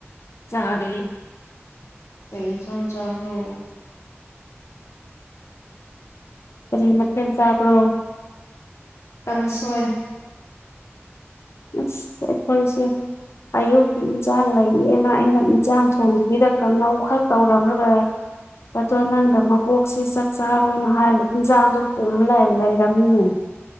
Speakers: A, on the left (about 70°); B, on the left (about 85°).
A: ꯆꯥꯔꯦ
B: ꯀꯩ ꯏꯟꯁꯥꯡ ꯆꯥꯕ꯭ꯔꯣ
A: ꯀꯔꯤ ꯃꯊꯦꯜ ꯆꯥꯕ꯭ꯔꯣ
B: ꯀꯪꯁꯣꯏ
A: <unintelligible> ꯑꯌꯨꯛꯀꯤ ꯏꯟꯁꯥꯡ ꯂꯩꯌꯦꯅ ꯑꯩꯅ ꯏꯟꯁꯥꯡ ꯊꯣꯡꯗꯕꯤꯗ ꯀꯪꯍꯧ ꯈꯔ ꯇꯧꯔꯝꯔꯒ ꯑꯗꯣ ꯅꯪꯒ ꯃꯄꯣꯛꯁꯤ ꯆꯥꯛ ꯆꯥꯔꯣꯅ ꯍꯥꯏꯔ ꯏꯟꯖꯥꯡꯗꯣ ꯄꯨꯝ ꯂꯩꯔꯝꯃꯤꯅꯦ